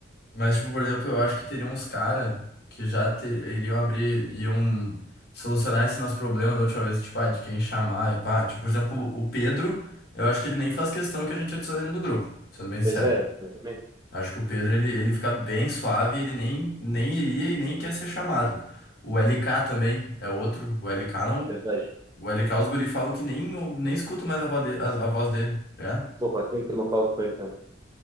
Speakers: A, on the left; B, on the right.
A: Mas, tipo, por exemplo, eu acho que teriam uns cara que já te- iriam abrir, iam solucionar esse nosso problema da última vez, tipo, ah, de quem chamar e pá. Tipo, por exemplo, o Pedro, eu acho que ele nem faz questão que a gente adicione ele no grupo, sendo bem sincero.
B: Pois é, eu também,
A: Acho que o Pedro, ele, ele fica bem suave, ele nem, nem iria e nem quer ser chamado. O LK também é outro. O LK não.
B: verdade.
A: O LK, os guri falam que nem, nem escuto mais a voz de- a- a voz dele, tá ligado?
B: Pô, faz tempo que eu não falo com ele tanto.